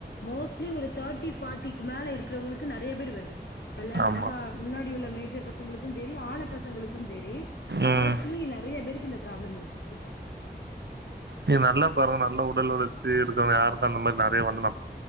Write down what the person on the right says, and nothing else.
ஆமா.
ம்.
நீ நல்லா பாருங்க நல்லா உடல் உழச்சி இருக்கங்க யாருக்கு அந்த மாரி நறைய வந்து ந